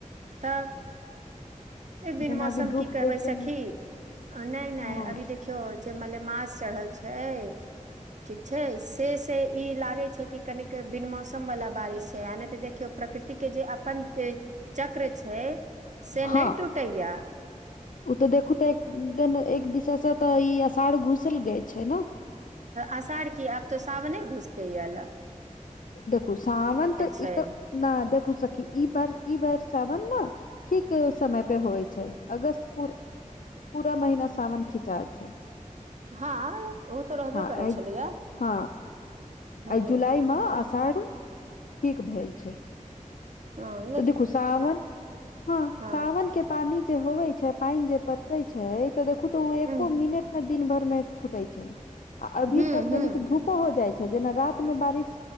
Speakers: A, on the right; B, on the left.
A: तब। एकदिन
B: जेना
A: मौसम
B: अभी धूप
A: कि कहबै
B: देख के
A: सखी नहि नहि
B: हँ
A: अभी देखि कजे मल मस चढ़ल छै ठीक छै से ई लागै छै कि कनिक बिन मौसम वाला बारिश छै आ नहि तऽ देखियौ प्रकृति के जे अपन चक्र छै से
B: हँ
A: नै टूटेया
B: ओ तऽ देखू तऽ एक दिन एक दिसे से तऽ ई अषाढ़ घुसल गय छै।
A: आसार कि आब तो सावने घुसते यल।
B: देखू सावन तऽ
A: छै
B: ई तऽ नै देखू सखी ई ब ई बार सावन ने ठीक समय पे होई छै। अगस्तपुर पूरा महिना सावन खिचाय छै।
A: हँ ओ तऽ रहबे
B: ह
A: करै छलैया
B: ह
A: हँ
B: एहि जुलाई सर ठीक भेल छै।
A: ह
B: तऽ देखू सावन ह
A: हँ
B: सावन के पानी जे होवे छै पानि जे परसे छै तऽ देखू तऽ ओ एको
A: हूँ
B: मिनट ने दिन भर मे छूटे छै आ अभी
A: हूँ
B: तक
A: हूँ
B: तनिक धूप धप हो जाई छै जेना रात मे बारिश